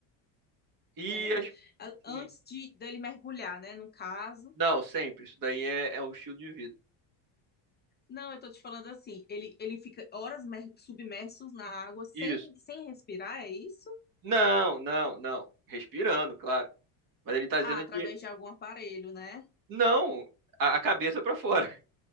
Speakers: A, on the right; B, on the left.
A: E
B: Sério.
A: as.
B: A-
A: sim.
B: Antes de dele mergulhar, né? No caso.
A: Não, sempre. Isso daí é, é o estilo de vida.
B: Não, eu tô te falando assim, ele, ele fica horas mer- submersos na água sem,
A: Isso.
B: sem respirar, é isso?
A: Não, não, não. Respirando, claro. Mas ele tá dizendo
B: Ah, através
A: que.
B: de algum aparelho, né?
A: Não! A, a cabeça pra fora. <laughs>